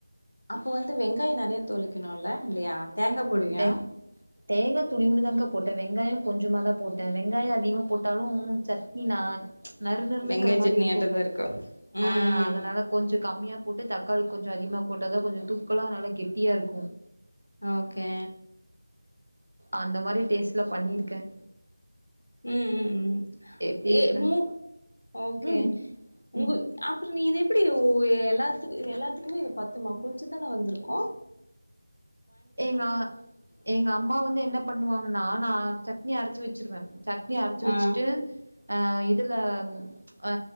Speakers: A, on the left; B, on the right.
A: அப்போ வந்து வெங்காயம் நிறைய தோழிக்கணும்லா இல்லையா தேங்கா போடுவியா
B: வெங் தேங்கா துளிவுன்னு தானக்கா போட்டேன் வெங்காயம் கொஞ்சமாதான் போட்டேன் வெங்காயம் அதிகமா போட்டாலும் சட்னி நா நறுநறுன்னு
A: வெங்காய
B: இக்கிர மாறி
A: சட்னியாட்டதா
B: இருக்கும்கா
A: இருக்கு ம்
B: ஆ
A: ம்
B: அதனால
A: ம்
B: கொஞ்சம் கம்மியா போட்டு தக்காளி கொஞ்சம் அதிகமா போட்டா தான் கொஞ்சம் தூக்கலா நல்லா கெட்டியா இருக்கும்
A: ஓகே
B: அந்த மாறி டேஸ்ட்ல பண்ணிருக்கேன்
A: ம் ம் ம்
B: எப்டி
A: ஏ
B: இருக்கு
A: மூ ஓகே
B: ம்
A: உங்கு
B: ம்
A: அப்புறம் நீ இது எப்படி ஓ எல்லாத்துக்கு எல்லாத்துக்குமே இது பத்துமா கொஞ்சம் தானே வந்துருக்கும்
B: எங்க எங்க அம்மா வந்து என்ன பண்ணுவாங்கன்னா நான் சட்னி அரைச்சு வச்சிருவேன் சட்னி அரைச்சு வச்சுட்டு
A: ஆ
B: அ இதுல ஆ